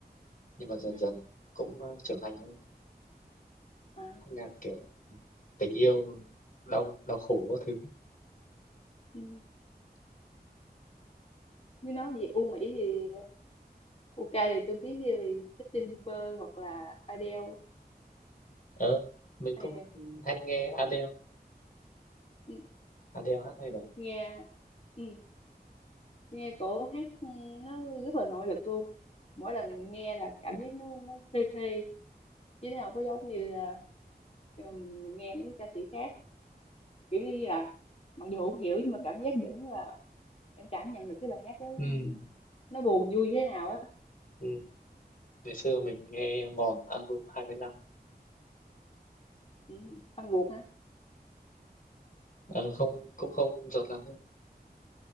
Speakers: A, on the left; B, on the left.
A: nhưng mà dần
B: ừ
A: dần cũng ờ, trưởng thành hơn
B: à
A: hát nhạc kiểu tình yêu đau đau khổ các thứ
B: ừ. nếu nói về U Mỹ thì u UK thì tôi biết về Justin Bieber hoặc là Adele
A: ờ mình
B: hai
A: cũng
B: người
A: hay nghe Adele
B: ừ.
A: Adele hát hay mà
B: nghe ừ. nghe cổ hát ừ, nó rất là nội lực luôn mỗi lần nghe là cảm giác nó nó phê phê chứ nào có giống như là ừ, mình nghe mấy cái ca sĩ khác kiểu như là mặc dù không hiểu nhưng mà cảm giác vẫn là em cảm nhận được cái bài hát đó
A: ừ
B: nó buồn vui thế nào á
A: ừ ngày xưa mình nghe mòn album 25
B: ừ. fan ruột hả
A: ờ không cũng không giọt lắm đâu